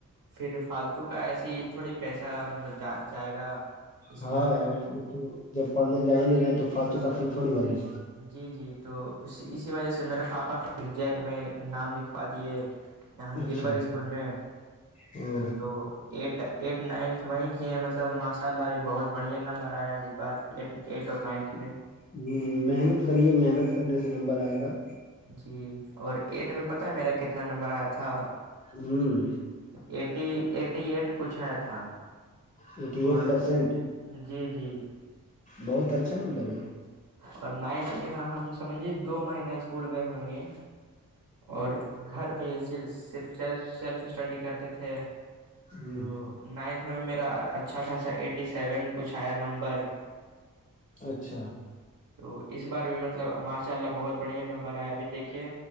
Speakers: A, on the right; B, on the left.
A: پھر فالتو کا ایسی تھوڑی پیسہ مطلب جا جائے گا اسکول
B: ہاں
A: میں
B: وہ تو جب پڑھنے
A: تو
B: جا ہی نہیں رہے ہیں تو فالتو کا فیس تھوڑی بھریں گے
A: جی جی تو اس اسی وجہ سے میرے پاپا پھر جیک میں نام لکھوا دیے یہاں
B: اچھا
A: گر والی اسکول میں
B: او
A: تو ایٹ ایٹ نائنتھ وہیں کی ہے مطلب ماشاء اللہ ا بھی بہت بڑھیا نمبر آیا ہے اس بار ایٹ اور نائنت میں
B: ہمم محنت کریے محنت کرنے سے نمبر آئے گا
A: جی اور ایٹ میں پتا ہے میرا کتنا نمبر آیا تھا
B: ہممم
A: ایٹی ایٹی ایٹ کچھ ہے تھا
B: ایٹی ایٹ
A: اور
B: پرسینٹ
A: جی جی
B: بہت اچھا نمبر ہے یہ
A: اور نائنتھ میں نا ہم سمجے دو مہینا اسکول گئے ہو گے اور گھر پہ ہی صرف سیلف اسٹڈی کرتے تھے
B: ہ
A: تو نائنتھ میں بھی میرا اچھا خاصا ایٹی سیون کچھ آیا نمبر
B: اچھا
A: تو اس بار بھی مطلب ماشاء اللہ بہت بڑھیا نمبر ابھی دیکھیے